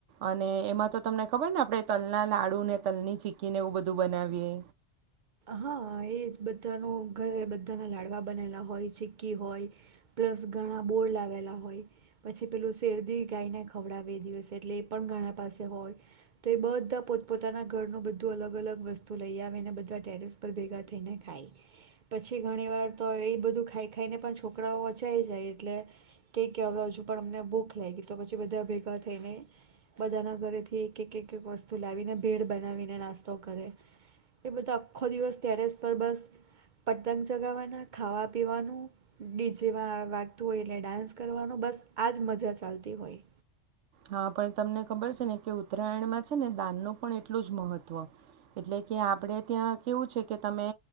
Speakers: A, on the right (about 85°); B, on the right (about 55°).
A: અને એમાં તો તમને ખબર ને આપણે તલના લાડુ ને તલની ચીકીને એવું બધું બનાવીએ.
B: હા એ જ બધાનું ઘરે બધાના લાડવા બનેલા હોય ચી્કી હોય, પ્લસ ઘણા બોર લાવેલા હોય પછી પેલું શેરદી ગાઈને ખવડાવે એ દિવસે એટલે એ પણ ઘણા પાસે હોય, તો એ બધા પોતપોતાના ઘરનું બધું અલગ અલગ વસ્તુ લઈ આવે ને બધા ટેરેસ પર ભેગા થઈને ખાય પછી ઘણી વાર તો એ બધું ખાઈ ખાઈને પણ છોકરાઓ અચાઈ જાય એટલે કે કે હવે હજુ પણ અમને ભૂખ લાગી તો પછી બધા ભેગા થઈને બધાના ઘરેથીઈઈક વસ્તુ લાવીને ભેડ બનાવીને નાસ્તો કરે એ બધા આખો દિવસ ટેરેસ પર બસ પતંગ ચગાવવાના ખાવા પીવાનું ડી જેમાં વાગતું હોય એટલે ડાન્સ કરવાનું બસ આ જ મજા ચાલતી હોય.
A: હા પણ તમને ખબર છે ને કે ઉત્તરાયણમાં છે ને દાનનું પણ એટલું જ મહત્વ એટલે કે આપણે ત્યાં કેવું છે કે તમે